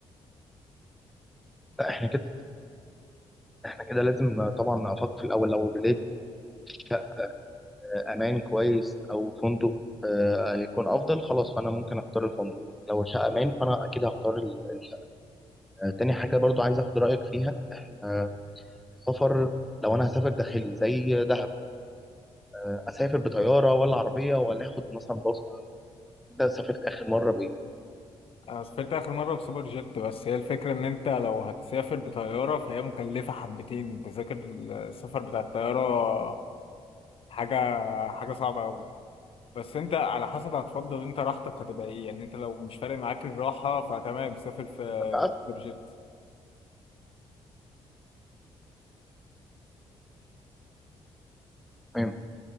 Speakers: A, in the centre; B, on the left.
A: لا احنا كده احنا كده لازم طبعا نفكر في الأول لو لقيت شقة آه، أمان كويس أو فندق آه، هيكون أفضل خلاص فأنا ممكن أختار الفندق لو شقة أمان فأنا أكيد هختار الفندق آه، تاني حاجة برضو عايز اخد رأيك فيها آه، السفر لو انا هسافر داخلي زي دهب آه، اسافر بطيارة ولا عربية ولا اخد مثلا باص انت سافرت اخر مرة بايه؟
B: انا سافرت اخر مره بسوبر جيت بس هي الفكره ان انت لو هتسافر بطياره فهي مكلفه حبتين تذاكر السفر بتاع الطياره حاجه حاجه صعبه قوي بس انت على حسب هتفضل انت راحتك هتبقى ايه يعني انت لو مش فارق معاك الراحه فتمام سافر في
A: ما تعرفش
B: سوبر جيت
A: تمام